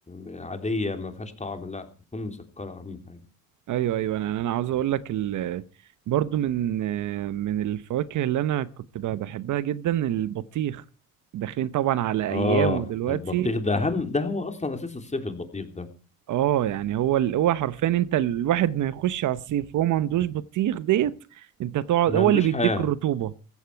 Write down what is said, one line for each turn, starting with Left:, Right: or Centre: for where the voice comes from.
Left: م- عاديه ما فيهاش طعم لا تكون مسكره اهم حاجه
Right: ايوه ايوه انا انا عاوز اقول لك ال... برضو من من الفواكه اللي انا كنت ب- بحبها جدا البطيخ داخلين طبعا على ايامه
Left: اه
Right: دلوقتي
Left: البطيخ ده اهم ده هو اصلا اساس الصيف البطيخ ده
Right: اه يعني هو ال... هو حرفيا انت الواحد ما يخش على الصيف وهو ما عندوش بطيخ ديت انت تقعد
Left: ما
Right: هو
Left: عندوش
Right: اللي بيديك
Left: حياه
Right: الرطوبة